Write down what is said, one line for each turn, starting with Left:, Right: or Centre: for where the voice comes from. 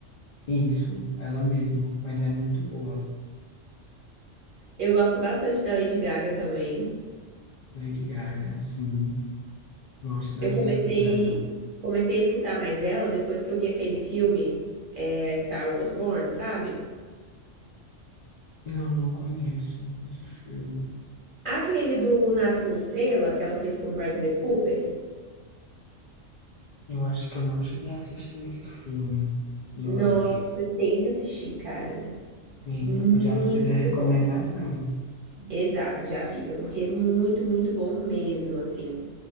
Left: Isso, ela mesma, mas é muito boa.
Right: Eu gosto bastante da Lady Gaga também.
Left: Lady Gaga, sim, gosto das
Right: Eu comecei
Left: músicas dela.
Right: comecei a escutar mais ela depois que eu vi aquele filme, é, a Star Wars Born, sabe?
Left: Não, não conheço esse filme.
Right: Aquele do Nasce uma Estrela que ela fez com o Bradley Cooper.
Left: Eu acho que eu não cheguei a assistir esse filme, eu
Right: Nossa,
Left: acho.
Right: você tem que assistir, cara.
Left: Eita,
Right: Muito
Left: pois já fica de recomendação.
Right: bom. Exato, já fica, porque é muito, muito bom mesmo, assim.